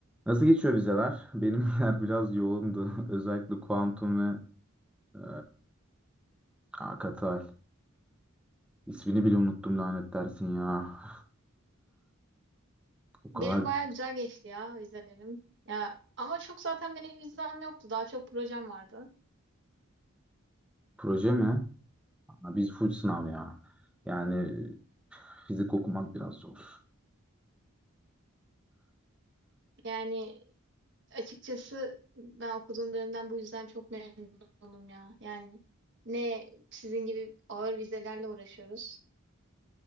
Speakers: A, in the centre; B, on the right.
A: Nasıl geçiyor vizeler? Benimler <laughs> biraz yoğundu. Özellikle kuantum ve e, Akatal. İsmini bile unuttum lanet dersin ya. <laughs> O kadar
B: Benim baya güzel geçti ya vizelerim. Ya ama çok zaten benim vizem yoktu. Daha çok projem vardı.
A: proje mi? Ama Biz full sınav ya. Yani fizik okumak biraz zor.
B: Yani açıkçası ben okuduğum dönemden bu yüzden çok memnunum ya. Yani ne sizin gibi ağır vizelerle uğraşıyoruz,